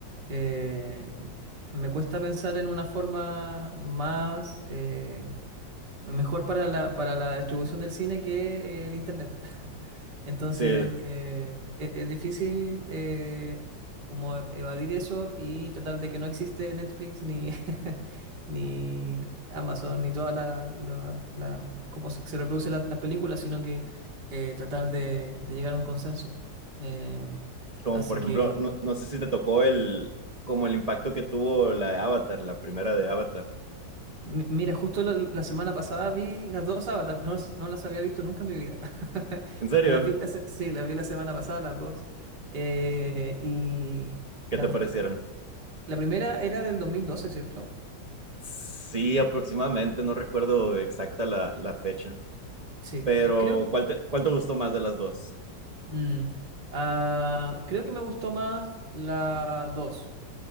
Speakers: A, on the right (about 65°); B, on the right (about 40°).
A: eh, me cuesta pensar en una forma más eh, Mejor para la, para la distribución del cine que eh, el internet. <laughs> Entonces,
B: Sí,
A: eh, e- es, difícil eh, como evadir eso y tratar de que no existe Netflix ni, <laughs> ni Amazon ni todas las, la, la- la- cómo se se reproduce la- las películas, sino que eh, tratar de, de llegar a un consenso. Eh,
B: como
A: así
B: por ejemplo,
A: que
B: no, no sé si te tocó el, como el impacto que tuvo la de Avatar, la primera de Avatar.
A: Mi- mira, justo la, la semana pasada vi las dos Avatar, no, las- no las había visto nunca en mi vida. <laughs>
B: ¿En serio?
A: Las vi la, se- sí, las vi la semana pasada, las dos. Eh, y
B: ¿Qué
A: la,
B: te parecieron?
A: la primera era del 2012, ¿cierto?
B: Sí, aproximadamente, no recuerdo exacta la, la fecha,
A: Sí,
B: pero
A: que- creo,
B: ¿cuál te, cuál te gustó más de las dos?
A: mm, ah, creo que me gustó más la dos.